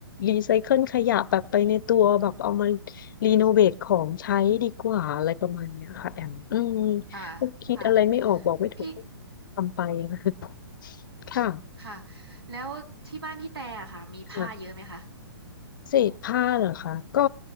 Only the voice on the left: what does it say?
รีไซเคิลขยะแบบไปในตัวแบบเอามารีโนเวทของใช้ดีกว่าอะไรประมาณเนี้ยค่ะแอมอืม
ก็คิดอะไรไม่ออกบอกไม่ถูกก็
ทำไปนะ <laughs> ค่ะ
ค่ะ เศษผ้าเหรอคะก็